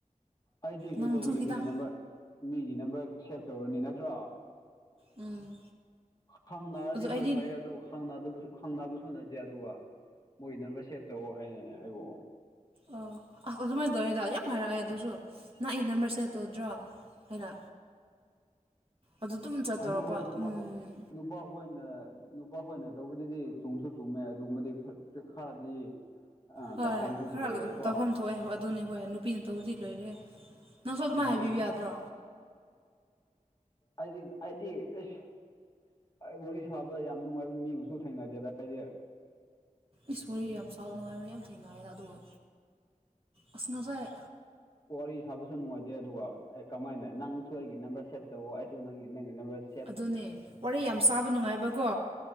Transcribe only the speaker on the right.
ꯅꯪꯁꯨ ꯈꯤꯇꯪ
ꯎꯝ
ꯑꯗꯣ ꯑꯩꯗꯤ
ꯑꯣ ꯑꯁ ꯑꯗꯨꯃꯥꯏꯅ ꯇꯧꯔꯤꯗ ꯌꯥꯝ ꯍꯥꯏꯔꯛꯑꯦ ꯑꯗꯨꯁꯨ ꯅꯪ ꯑꯩ ꯅꯝꯕꯔ ꯁꯦꯚ ꯇꯧꯗ꯭ꯔꯣ ꯍꯥꯏꯅ ꯑꯗꯨ ꯑꯗꯨꯝ ꯆꯠꯇꯧꯔꯕ
ꯎꯝ
ꯍꯣꯏ
ꯈꯔ
ꯇꯧꯐꯝ ꯊꯣꯛꯑꯦ ꯑꯗꯨꯅꯦ ꯍꯣꯏ ꯅꯨꯄꯤꯅ ꯇꯧꯗꯤ ꯂꯣꯏꯔꯦ ꯅꯪꯁꯨ ꯑꯗꯨꯃꯥꯏꯅ
ꯍꯥꯏꯕꯤꯌꯨ
ꯌꯥꯗ꯭ꯔꯣ
ꯏꯁ ꯋꯥꯔꯤ ꯌꯥꯝ ꯁꯥꯕ ꯅꯨꯡꯉꯥꯏꯕ ꯌꯥꯝ ꯊꯦꯡꯅꯩꯌꯦꯗ ꯑꯗꯨꯒ ꯑꯁ ꯉꯁꯥꯏ
ꯑꯗꯨꯅꯦ ꯋꯥꯔꯤ ꯌꯥꯝ ꯁꯥꯕ ꯅꯨꯡꯉꯥꯏꯕꯀꯣ